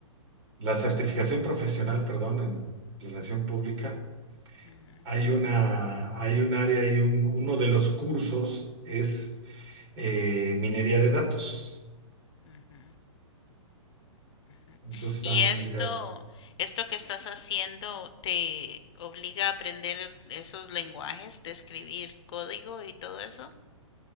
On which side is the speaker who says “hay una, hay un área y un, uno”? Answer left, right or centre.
Right